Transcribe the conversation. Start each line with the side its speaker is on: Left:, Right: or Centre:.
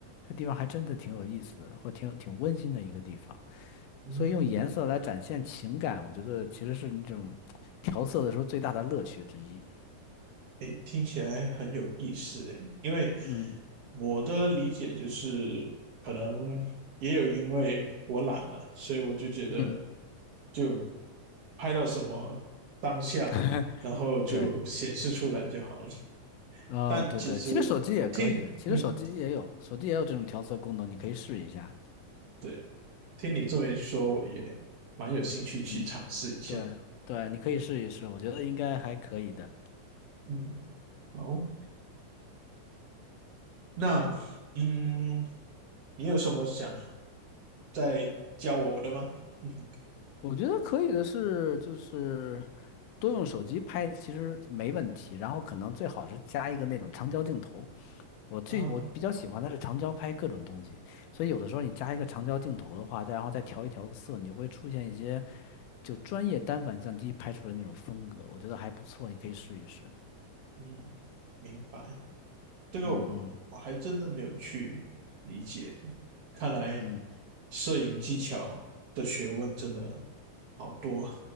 Left: 那地方还真的挺有意思的，或挺有挺温馨的一个地方。
Right: 嗯
Left: 所以用颜色来展现情感，我觉得其实是那种调色的时候最大的乐趣之一。
Right: 诶，听起来很有意思诶，因为
Left: 嗯
Right: 我的理解就是，可能也有因为我懒嘛，所以我就觉得
Left: 嗯，
Right: 就拍到什么当下，
Left: <laughs>
Right: 然后就显示出来就好了。
Left: 对。啊、
Right: 但其实听，
Left: 对对，其实手机也可以，其实手机也有，
Right: 嗯，
Left: 手机也有这种调色功能，你可以试一下。
Right: 对，听你这么一说，我也蛮有兴趣去尝试一下。
Left: 嗯，对对，你可以试一试，我觉得应该还可以的。
Right: 嗯，好，那嗯，你有什么想再教我的吗？<laughs> 嗯
Left: 我觉得可以的是，就是多用手机拍其实没问题，然后可能最好是加一个那种长焦镜头。我最我比较喜欢的是长焦拍各种东西，
Right: 啊。
Left: 所以有的时候你加一个长焦镜头的话，再然后再调一调色，你会出现一些就专业单反相机拍出的那种风格，我觉得还不错，你可以试一试。
Right: 嗯，明白。这个我我还真的没有去理解，
Left: 嗯嗯
Right: 看来
Left: 嗯。
Right: 摄影技巧的学问真的好多。